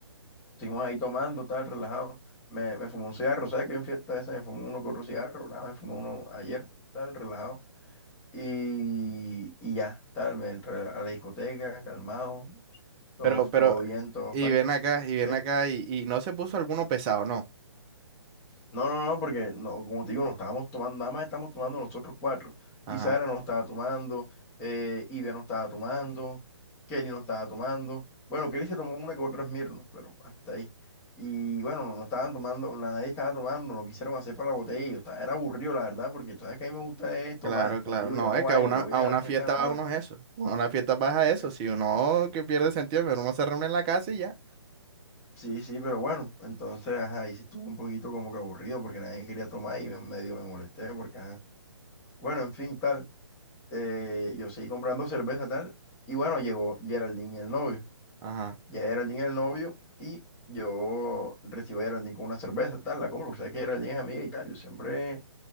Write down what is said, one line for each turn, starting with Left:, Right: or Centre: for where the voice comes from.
Left: estuvimos ahí tomando, tal, relajado. Me, me fumé un cigarro, ¿sabes que yo en fiesta esa me fumé uno que otro cigarro? Nada, me fumé uno ayer, tal, relajado. Y, y ya, tal, me entré a la discoteca, calmado, todo,
Right: Pero, pero,
Left: todo bien, todo
Right: y
Left: fine.
Right: ven acá, y
Left: Sí.
Right: ven acá, y, y no se puso alguno pesado, ¿no?
Left: No, no, no, porque no, como te digo, no estábamos tomando, nada más estamos tomando nosotros cuatro.
Right: Ajá.
Left: Y Sara no estaba tomando, eh, Ibe no estaba tomando, Kelly no estaba tomando. Bueno, Kelly se tomó una que otra Smirnoff, pero hasta ahí. Y bueno, no, no estaban tomando, na- nadie estaba tomando, no quisieron hacer para la botella. y Yo estaba, era aburrido, la verdad, porque tú sabes que a mí me gusta es tomar.
Right: Claro, claro.
Left: Como te digo,
Right: No,
Left: yo no
Right: es
Left: bailo,
Right: que a una,
Left: yo
Right: a
Left: voy a
Right: una
Left: las fiestas
Right: fiesta
Left: a tomar.
Right: va uno es eso. A una fiesta vas a
Left: Eh,
Right: eso. Si uno que pierde sentido, pero uno se reúne en la casa y ya.
Left: Sí, sí, pero bueno, entonces, ajá, ahí sí estuvo un poquito como que aburrido porque nadie quería tomar y me- medio me molesté porque, ajá. Bueno, en fin, tal. eh, yo seguí comprando cerveza, tal. Y bueno, llegó Geraldine y el novio.
Right: Ajá.
Left: Ya Geraldine y el novio y yo recibo a Geraldine con una cerveza, tal. La compro, porque sabes que Geraldine es amiga y tal. Yo siempre,